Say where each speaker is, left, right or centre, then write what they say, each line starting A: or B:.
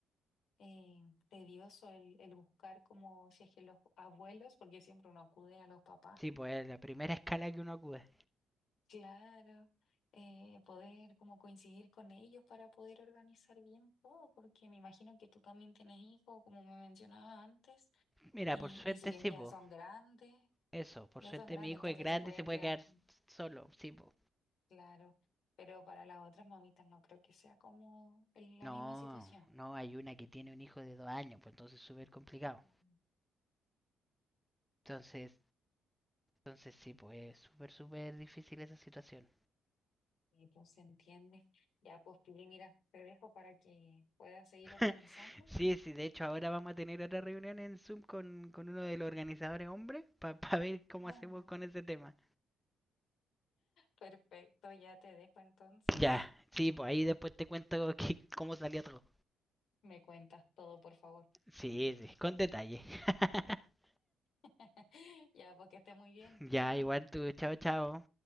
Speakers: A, on the left; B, in the centre.
A: eh, tedioso el, el buscar como si es que los abuelos, porque siempre uno acude a los papás.
B: Sí, pues es la primera <laughs> escala que uno acude.
A: Claro, eh, poder como coincidir con ellos para poder organizar bien todo, porque me imagino que tú también tienes hijos, como me mencionabas antes,
B: Mira,
A: y,
B: por suerte
A: y si bien
B: sí,
A: ya
B: pues.
A: son grandes,
B: Eso, por
A: ya
B: suerte
A: son grandes,
B: mi hijo
A: entonces
B: es grande
A: se pueden
B: y se puede
A: quedar,
B: quedar solo, sí, pues.
A: claro, pero para las otras mamitas no creo que sea como el- la
B: No,
A: misma situación.
B: no, hay una que tiene un hijo de dos años, pues entonces es súper complicado.
A: No,
B: Entonces, entonces sí, pues es súper, súper difícil esa situación.
A: Y pues se entiende. Ya pues, Pili, mira, te dejo para que puedas seguir
B: <laughs>
A: organizando.
B: Sí, sí, de hecho ahora vamos a tener otra reunión en Zoom con, con uno de los organizadores hombres para ver cómo
A: Ah,
B: hacemos con ese tema.
A: Perfecto, ya te dejo entonces.
B: Ya, sí, pues ahí después te cuento que- cómo salió todo.
A: Me cuentas todo, por favor.
B: Sí, sí, con detalle. <laughs>
A: <laughs> Ya, porque esté muy bien.
B: Ya,
A: Chao.
B: igual tú, chao, chao.